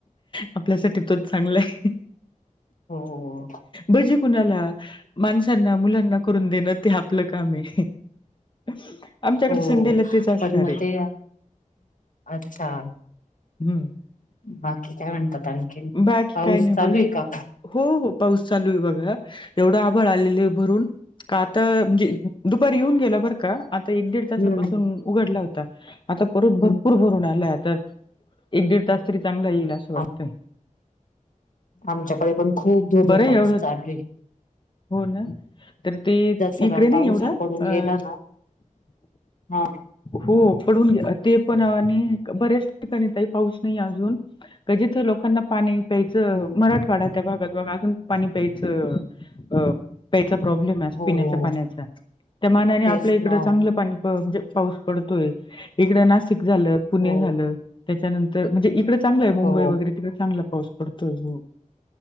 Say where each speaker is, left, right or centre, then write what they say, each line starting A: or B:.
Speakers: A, on the left (about 35°); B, on the left (about 70°).
A: आपल्यासाठी तोच चांगलाय.
B: हो, हो, हो
A: भजी कुणाला, माणसांना मुलांना करून देणं ते आपलं काम ये आमच्याकड
B: हो
A: संडेला तेच असणारे.
B: पण मग ते अच्छा.
A: हम्म
B: बाकी काय म्हणतात आणखीण,
A: बाकी
B: पाऊस
A: काही नाही
B: चालूये
A: बस
B: का?
A: हो, हो पाऊस चालू आहे बघा, एवढं आभाळ आलेलं आहे भरून. का त म्हणजे दुपारी येऊन गेला बरं का, आता एक दीड
B: हम्म
A: तासापासून उघडला होता. आता परत भरपूर
B: हम्म
A: भरून आलाय आता, एक दीड तास तरी चांगला येईल असं वाटतय.
B: आम आमच्याकडे पण खूप धो, धो
A: बरं
B: पाऊस
A: एवढं
B: चालूये.
A: हो ना तर ते
B: सगळा
A: इकडे
B: पाऊस
A: नाइ ऐ एवढा
B: ना पडून गेला
A: अ
B: ना हा.
A: हो पडून गेला, ते पण आणि बऱ्याच ठिकाणी ताई पाऊस नाही अजून. क जिथे लोकांना- पाणी प्यायचं,
B: हम्म
A: मराठवाडा त्या भागात बघा अजून पाणी प्यायचं अ प्यायचा प्रॉब्लेम आहे
B: हो
A: पिण्याच्या पाण्याचा, त्या मानाने
B: तेच
A: आपल्या इकडं
B: ना
A: चांगलं पाणी प म्हणजे अं पाऊस पडतोय, इकडं नाशिक झालं. पुणे
B: हो
A: झालं, त्याच्यानंतर म्हणजे इकडं चांगलं आहे, मुंबई
B: हो
A: वगैरे तिकडे चांगला पाऊस पडतो हो.